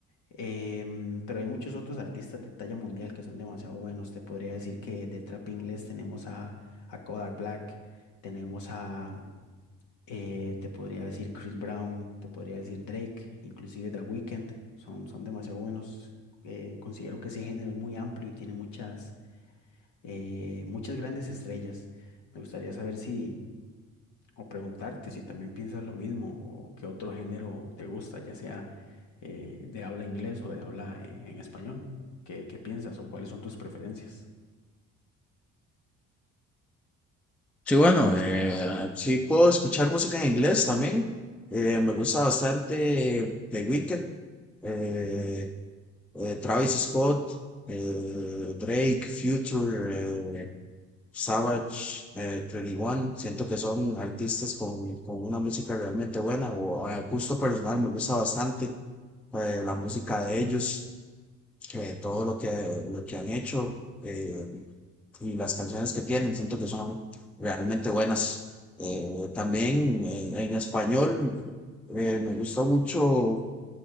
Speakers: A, on the left; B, in the centre.
A: Em, pero hay muchos otros artistas de talla mundial que son demasiado buenos. Te podría decir que de trap inglés tenemos a, a Kodak Black, tenemos a, eh, te podría decir Chris Brown, te podría decir Drake, inclusive The Weeknd, son, son demasiado buenos. Eh, considero que ese género es muy amplio y tiene muchas, eh, muchas grandes estrellas. Me gustaría saber si, o preguntarte si también piensas lo mismo o qué otro género te gusta, ya sea eh, de habla inglés o de habla eh, en español. ¿Qué, qué piensas o cuáles son tus preferencias?
B: Sí, bueno, eh, sí puedo escuchar música en inglés también. Eh, me gusta bastante The Weeknd. eh, eh, Travis Scott, eh, Drake, Future, eh, Savage, eh, 21. Siento que son artistas con, con una música realmente buena o a gusto personal me gusta bastante eh, la música de ellos, eh, todo lo que, lo que han hecho eh, y las canciones que tienen. Siento que son realmente buenas. Eh, también en, en español eh, me gusta mucho